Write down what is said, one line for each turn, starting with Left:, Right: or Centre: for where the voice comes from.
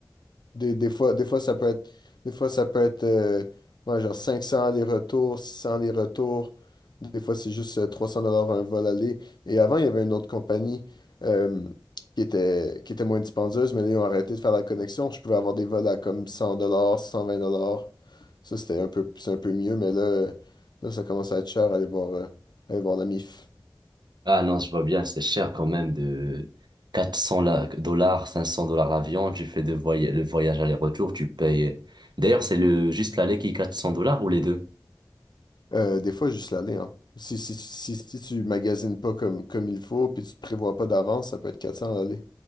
Left: des, des fois, des fois, ça peut être, des fois, ça peut être euh, ouais, genre 500 les retours, 600 les retours. Des fois, c'est juste euh, 300 dollars un vol aller. Et avant, il y avait une autre compagnie euh, qui était, qui était moins dispendieuse, mais là, ils ont arrêté de faire la connexion. Je pouvais avoir des vols à comme 100 dollars, 120 dollars. Ça, c'était un peu, c'est un peu mieux, mais là, euh, là, ça commence à être cher aller voir, euh, aller voir la MIF.
Right: Ah non, je vois bien, c'est cher quand même de 400 la- dollars, 500 dollars l'avion. Tu fais de voy- le voyage aller-retour, tu payes. D'ailleurs, c'est le juste l'aller qui est 400 dollars ou les deux?
Left: Euh, des fois, juste l'aller, hein. Si, si, si, si tu magasines pas comme, comme il faut, puis tu te prévois pas d'avance, ça peut être 400 l'aller.